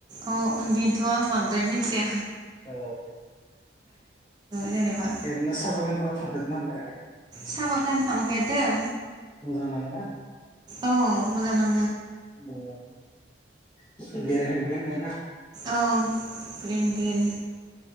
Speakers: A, on the right (about 25°); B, on the left (about 25°).
A: अ बेनोथ आं बांद्राय मिथिया
B: अ
A: जेनेबा
B: एरनो साहा बागानफोराव थां थांपेराखै
A: साहा बागान थांफेरदों
B: मोजां नाङोना
A: औ मोजां नां
B: ओ <unintelligible>
A: औ ग्रिन ग्रिन